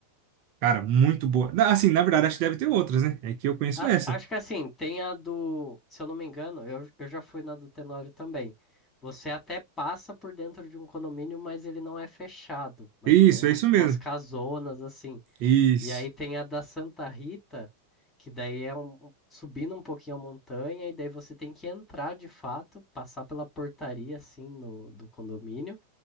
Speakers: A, on the right; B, on the left.
A: Cara, muito boa. Na- Assim, na verdade, acho que deve ter outras, né? É que eu conheço
B: A-
A: essa.
B: acho que assim, tem a do. Se eu não me engano, eu, eu já fui na do Tenório também. Você até passa por dentro de um condomínio, mas ele não é fechado. Mas
A: Isso,
B: tem um-
A: é isso
B: umas
A: mesmo.
B: casonas assim.
A: Isso.
B: E aí tem a da Santa Rita, que daí é um, um- subindo um pouquinho a montanha, e daí você tem que entrar de fato, passar pela portaria assim no, do condomínio.